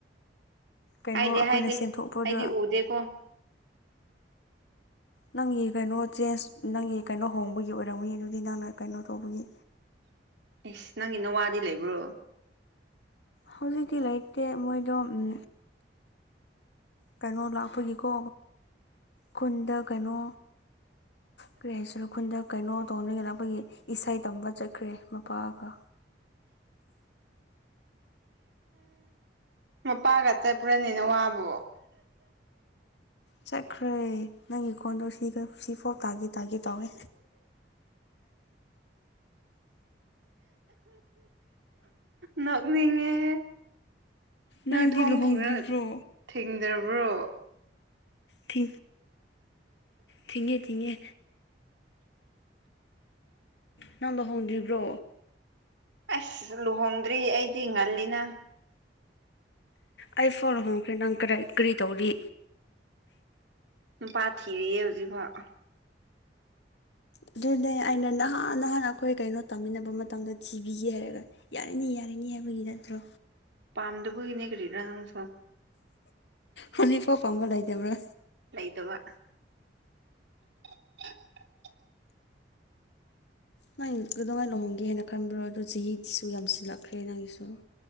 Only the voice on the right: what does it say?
ꯍꯥꯏꯗꯦ
ꯍꯥꯏꯗꯦ
ꯑꯩꯗꯤ ꯎꯗꯦꯀꯣ
ꯑꯦꯁ ꯅꯪꯒꯤ ꯅꯋꯥꯗꯤ ꯂꯩꯕ꯭ꯔꯣ
ꯎ ꯃꯄꯥꯒ ꯆꯠꯄ꯭ꯔꯅꯦ ꯅꯋꯥꯕꯨ
ꯅꯣꯛꯅꯤꯡꯉꯦꯍꯦ
ꯅꯣꯏ ꯊꯣꯡ
ꯊꯤꯡꯑꯒ ꯊꯤꯡꯗ꯭ꯔꯕ꯭ꯔꯣ
ꯑꯁ ꯂꯨꯍꯣꯡꯗ꯭ꯔꯤ ꯑꯩꯗꯤ ꯉꯜꯂꯤꯅꯥ
ꯅꯨꯄꯥ ꯊꯤꯔꯤꯌꯦ ꯍꯧꯖꯤꯛꯐꯥꯎ
ꯄꯥꯝꯗꯕꯒꯤꯅꯦ ꯀꯔꯤꯔ ꯅꯪꯁꯨ
ꯂꯩꯇꯕ <unintelligible>